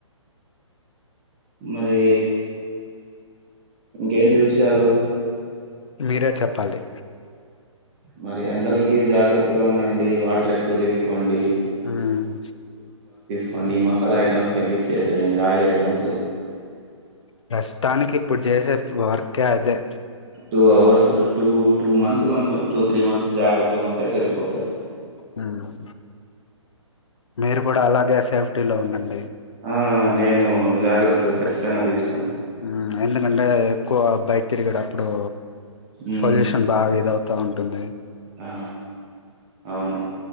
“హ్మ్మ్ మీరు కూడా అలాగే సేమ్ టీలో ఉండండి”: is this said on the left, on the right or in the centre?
Left